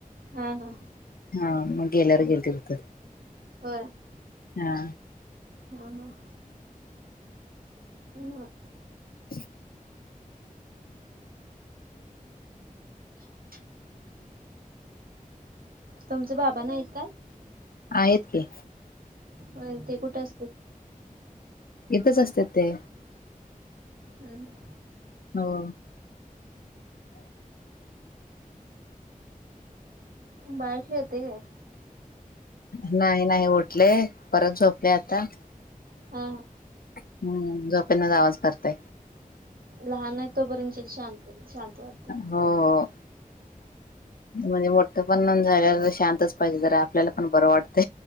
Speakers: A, on the right (about 80°); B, on the left (about 85°).
A: हा हा
B: हा मग गेल्यावर गेलते तिथं.
A: हो.
B: हा
A: हा हा ह.
B: <inaudible>
A: <inaudible> तुमचे बाबा नाही काय?
B: आहेत की
A: हो ते कुठे असतात.
B: इथच असतात ते.
A: हम्म हम्म.
B: हो.
A: बाळ खेळतय काय?
B: नाही नाही उठले परत झोपले आता.
A: हा.
B: हम्म झोपेनाच आवाज करताय.
A: लहान आहे तोपर्यंत शांत शांत वाढते.
B: हो. म्हणजे मोठं पण झाल्या शांतच पाहिजे तर आपल्याला पण बरं वाटत.